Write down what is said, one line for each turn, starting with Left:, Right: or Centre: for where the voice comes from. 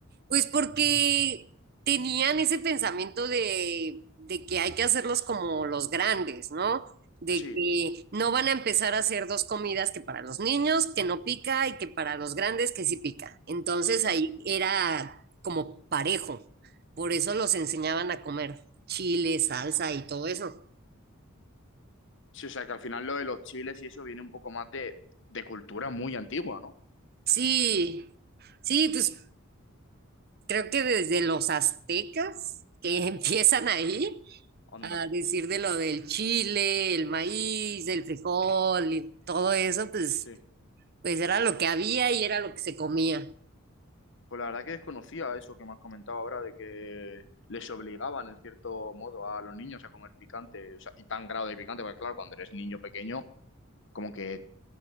Right: Pues porque tenían ese pensamiento de, de que hay que hacerlos como los grandes, ¿no? De
Left: Sí,
Right: que no van a empezar a hacer dos comidas que para los niños, que no pica, y que para los grandes, que sí pica. Entonces
Left: ya.
Right: ahí era como parejo. Por eso los enseñaban a comer chile, salsa y todo eso.
Left: Sí, o sea, que al final lo de los chiles y eso viene un poco más de, de cultura muy antigua, ¿no?
Right: Sí, sí, pues creo que desde los aztecas que <laughs> empiezan ahí
Left: Anda.
Right: a decir de lo del chile, el maíz, el frijol y todo eso, pues,
Left: Sí.
Right: pues era lo que había y era lo que se comía.
Left: Pues la verdad que desconocía eso que me has comentado ahora de que les obligaban, en cierto modo, a los niños a comer picante, o sea, y tan grado de picante, porque claro, cuando eres niño pequeño como que